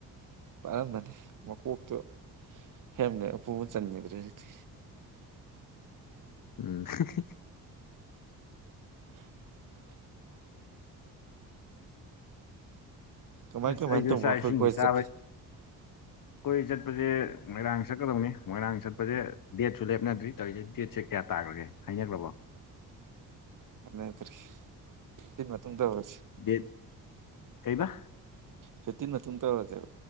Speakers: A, on the right; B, on the left.
A: ꯄꯥꯔꯝꯕꯅꯦ ꯃꯀꯣꯛꯇꯣ ꯍꯦꯝꯂꯦꯠ ꯎꯞꯄꯕꯨ ꯆꯟꯈꯤꯗ꯭ꯔꯦ ꯍꯧꯖꯤꯛꯇꯤ
B: ꯎꯝ ꯍꯤ ꯍꯤ
A: ꯂꯧꯁꯤꯟꯕ ꯉꯝꯗꯕ ꯀꯃꯥꯏ
B: ꯑꯁ
A: ꯀꯃꯥꯏ
B: ꯑꯩꯁꯨ
A: ꯇꯧꯕ
B: ꯆꯥꯛ
A: ꯑꯩꯈꯣꯏ
B: ꯏꯁꯤꯡꯒꯤ
A: ꯀꯣꯏ
B: ꯆꯥꯕꯩ
A: ꯆꯠꯄꯖꯦ
B: ꯀꯣꯏ ꯆꯠꯄꯖꯦ ꯃꯣꯏꯔꯥꯡ ꯆꯠꯀꯗꯧꯅꯤ ꯃꯣꯏꯔꯥꯡ ꯆꯠꯄꯖꯦ ꯗꯦꯠꯁꯨ ꯂꯦꯞꯅꯗ꯭ꯔꯤ ꯇꯧꯔꯤꯁꯦ ꯗꯦꯠꯁꯦ ꯀꯌꯥ ꯇꯥꯈ꯭ꯔꯒꯦ ꯍꯥꯏꯅꯈ꯭ꯔꯕꯣ
A: ꯀꯥꯅꯗ꯭ꯔꯦ ꯐꯤꯞꯇꯤꯟ ꯃꯇꯨꯡ ꯇꯧꯔꯁꯤ
B: ꯗꯦꯠ ꯀꯩꯕ
A: ꯐꯤꯞꯇꯤꯟ ꯃꯇꯨꯡ ꯇꯧꯔꯁꯦꯕ